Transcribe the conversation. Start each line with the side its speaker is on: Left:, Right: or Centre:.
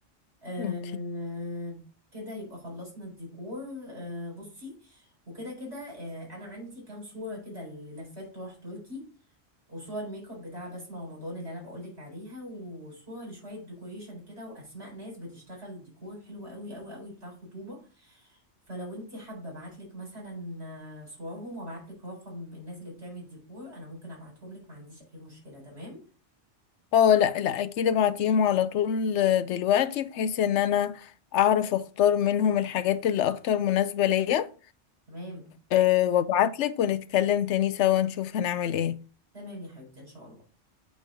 Right: آه
Left: اوكي
Right: كده يبقى خلصنا الديكور آه بصي وكده كده آه انا عندي كام صورة كده للفات طرح تركي وصورة الميك اب بتاع بسمة رمضان اللي انا بقولك عليها وصورة لشوية ديكوريشن كده واسماء ناس بتشتغل ديكور حلو قوي قوي قوي بتاع خطوبة فلو انتي حابة ابعتلك مثلا آه، صورهم وابعتلك رقم الناس اللي بتعمل ديكور انا ممكن ابعتهم لك ما عنديش اي مشكلة تمام
Left: اه لا لا اكيد ابعتيهم على طول دلوقتي بحيث ان انا اعرف اختار منهم الحاجات اللي اكتر مناسبه ليا
Right: تمام
Left: أه وابعتلك ونتكلم تاني سوا نشوف هنعمل ايه ان
Right: تمام يا حبيبتي ان شاء الله